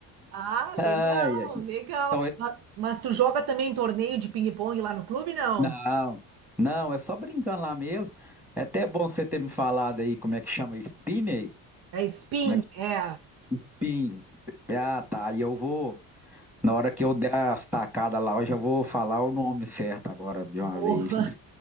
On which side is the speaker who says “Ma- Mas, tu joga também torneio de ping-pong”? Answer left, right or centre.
Right